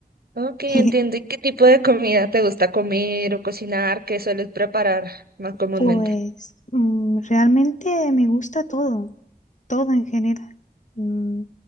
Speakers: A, on the right; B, on the left.
A: Ok, entiendo.
B: <laughs>
A: ¿Y qué tipo de comida te gusta comer o cocinar? ¿Qué sueles preparar más comúnmente?
B: Pues mm, realmente me gusta todo, todo en general. Mm,